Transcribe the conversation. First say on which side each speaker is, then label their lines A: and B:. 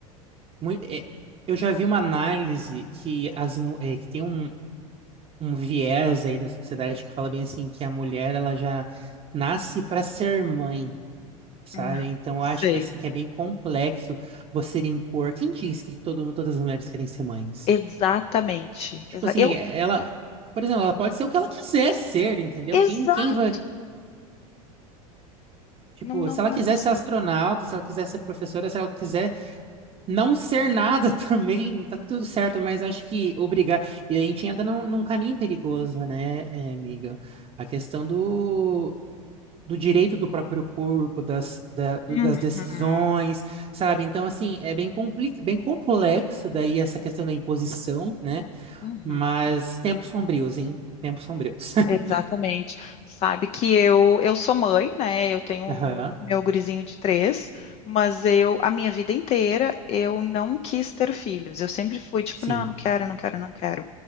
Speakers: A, on the right; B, on the left.
A: mui- é, eu já vi uma análise que, as, mu- é, que tem um, um viés aí da sociedade que fala bem assim que a mulher ela já nasce para ser mãe, sabe?
B: Não,
A: Então eu
B: sei.
A: acho que assim que é bem complexo você impor. Quem diz que todo, todas as mulheres querem ser mães?
B: Exatamente.
A: Tipo
B: Exa
A: assim,
B: eu,
A: ela, por exemplo, ela pode ser o que ela quiser ser, entendeu?
B: exato.
A: Quem, quem vai, tipo,
B: Não, não,
A: se
B: não
A: ela quiser
B: precisa.
A: ser astronauta, se ela quiser ser professora, se ela quiser não ser nada <laughs> também, tá tudo certo, mas acho que obrigar. E a gente entra num, num caminho perigoso, né, eh, amiga? A questão do, do direito do próprio corpo, das, da- do-
B: Uhum,
A: das decisões, sabe? Então, assim, é bem, compli bem complexo daí essa questão da imposição, né?
B: uhum.
A: Mas tempos sombrios, hein? Tempos sombrios. <laughs>
B: Exatamente. Sabe que eu eu sou mãe, né? Eu tenho
A: Aham.
B: o meu, meu gurizinho de três, mas eu a minha vida inteira eu não quis ter filhos. Eu sempre fui tipo,
A: Sim.
B: não, não quero, não quero, não quero.